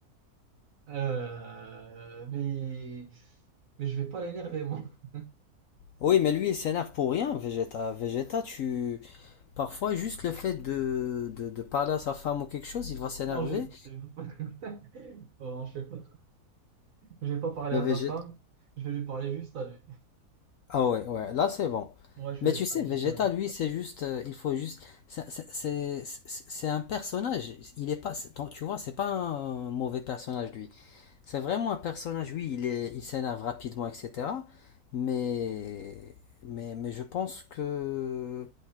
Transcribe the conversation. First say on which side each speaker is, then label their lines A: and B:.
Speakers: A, on the right; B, on the left.
A: Euh, mais, mais je vais pas l'énerver, moi. <laughs>
B: Oui, mais lui, il s'énerve pour rien, Vegeta. Vegeta, tu... Parfois, juste le fait de, de, de parler à sa femme ou quelque chose, il va s'énerver.
A: Non, je vais, je vais pas... <laughs> Bon, je sais pas. Je vais pas parler
B: Mais
A: à
B: Vegeta...
A: sa femme, je vais lui parler juste à lui.
B: Ah ouais, ouais, là, c'est bon.
A: Ouais, je
B: Mais
A: vais
B: tu
A: lui parler
B: sais, Vegeta,
A: juste à lui.
B: lui, c'est juste... euh, il faut juste... C'est c'est- c'est- c'est- c'est un personnage. Il est pas... c'est- Tu vois, c'est pas un mauvais personnage, lui. C'est vraiment un personnage, oui, il est, il s'énerve rapidement, etc. Mais, mais, mais je pense que,